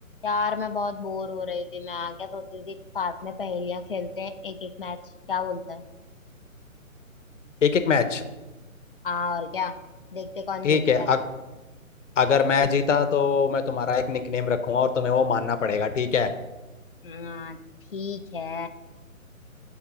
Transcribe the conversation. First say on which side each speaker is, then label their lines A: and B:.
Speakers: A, on the left; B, on the left.
A: यार मैं बहुत बोर हो रही थी मैं क्या सोचती थी साथ में पहेलियां खेलते हैं एक एक मैच क्या बोलता है
B: एक एक मैच
A: हाँ और क्या देखते कौन
B: ठीक
A: जीतता
B: है अग,
A: है
B: अगर मैं जीता तो मैं तुम्हारा एक निकनेम रखूंगा और तुम्हें वो मानना पड़ेगा ठीक है
A: हाँ ठीक है